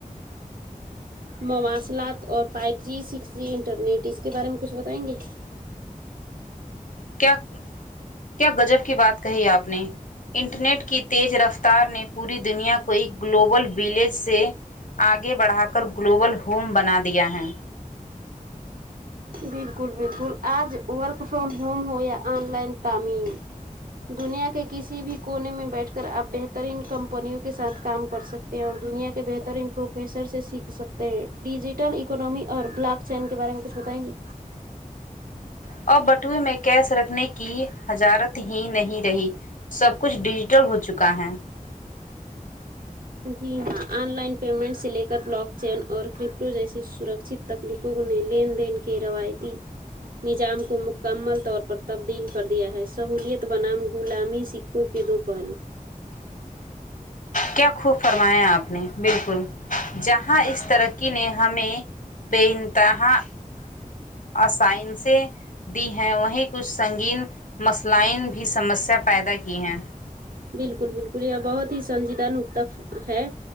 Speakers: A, on the right (about 75°); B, on the left (about 65°).
A: مواصلات اور five G six G internet اس کے بارے میں کچھ بتائیں گے
B: کیا کیا گجب کی بات کہی آپ نے انٹرنیٹ کی تیز رفتار نے پوری دنیا کو ایک گلوبل ولیج سے آگے بڑھا کر گلوبل ہوم بنا دیا ہے
A: بالکل بالکل آج وارک فرم ہوم ہویا آن لائن تعمیم دنیا کے کسی بھی کونے میں بیٹھ کر آپ بہترین کمپنیوں کے ساتھ کام کر سکتے ہیں اور دنیا کے بہترین پروفیسر سے سیکھ سکتے ہیں ڈیجیٹل اکنمی اور بلاک چین کے بارے میں کچھ بتائیں گے
B: اور بٹوے میں کیس رکھنے کی حجارت ہی نہیں رہی سب کچھ ڈیجیٹل ہو چکا ہے
A: جی ہاں آن لائن پیمنٹ سے لے کر بلاک چین اور کرپٹو جیسی سرکھت تکنیکوں نے لین دین کے روایتی نظام کو مکمل طور پر تبدیل کر دیا ہے سہولیت بنام غلامی کو کے دو پہلو
B: کیا خوب فرمایا آپ نے بالکل جہاں اس ترقی نے ہمیں بے انتہا آسائشیں دی ہیں وہیں کچھ سنگین مسلائن بھی سمسیا پیدا کی ہیں
A: بالکل بالکل یہ بہت ہی سنجیدہ نکتا ہے